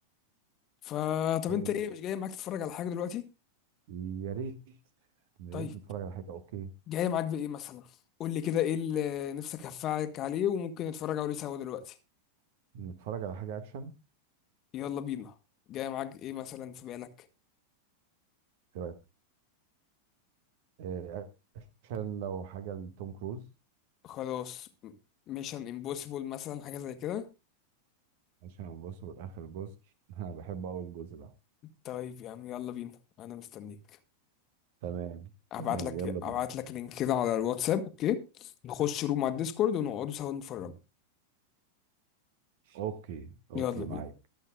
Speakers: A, on the left; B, on the right.
A: فطب
B: طيب
A: أنت إيه مش جاي معاك تتفرج على حاجة دلوقتي؟
B: يا ريت يا
A: طيب
B: ريت نتفرج على حاجة اوكي
A: جاي معاك بايه مثلا قول لي كده ايه اللي نفسك هفعلك عليه وممكن نتفرج عليه سوا دلوقتي
B: نتفرج على حاجة اكشن
A: يلا بينا جاي معاك ايه مثلا في بالك
B: ايه رأيك آه، اكشن لو حاجة لتوم كروز
A: خلاص ميشن امبوسيبل مثلا حاجه زي كده
B: عشان نبص بالاخر الجزء <laughs> انا بحب اول الجزء ده
A: طيب يا عم يلا بينا انا مستنيك
B: تمام
A: ابعت
B: تمام
A: لك
B: يلا بينا
A: ابعت لك لينك كده على الواتساب اوكي نخش روم على الديسكورد ونقعدوا سوا نتفرج
B: اوكي اوكي
A: يلا بينا
B: معاك